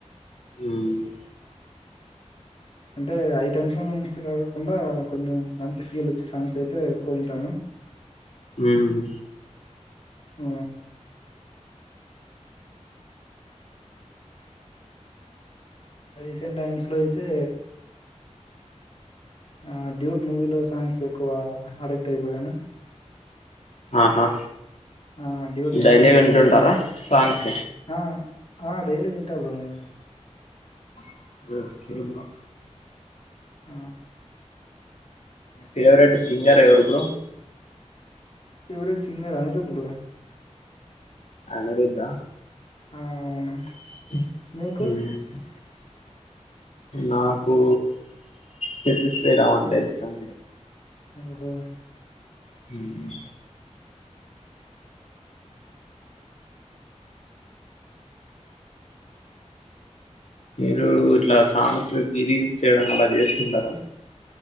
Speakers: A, on the left; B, on the left.
A: మ్మ్
B: అంటే ఐటమ్ సాంగ్స్ కాకోకుండా కొంచెం మంచి ఫీల్ వచ్చే సాంగ్స్ అయితే ఎక్కువ వింటాను.
A: హ్మ్మ్
B: ఆ రీసెంట్ టైమ్స్ లో అయితే ఆ డ్యూడ్ మూవీలో సాంగ్స్ ఎక్కువ అడిక్ట్ అయిపోయాను.
A: ఆహా
B: ఆ డ్యూడ్ మూవీలో
A: డైలీ వింటుంటారా
B: మంచి
A: సాంగ్స్
B: ఆ ఆ డైలీ వింటా బ్రో నేను
A: అ
B: ఆ
A: ఫేవరెట్ సింగర్ ఎవరు bro
B: favourite singer Anirudh bro
A: అనిరుద్దా
B: ఆ అవును
A: హ్మ్మ్
B: మీకు
A: నాకు సిద్ది శ్రీరామంటే ఇష్టం
B: ఓహో
A: హ్మ్ మీరు ఇట్లా సాంగ్స్ గిరి స్ చేయడం అలా చేస్తుంటారా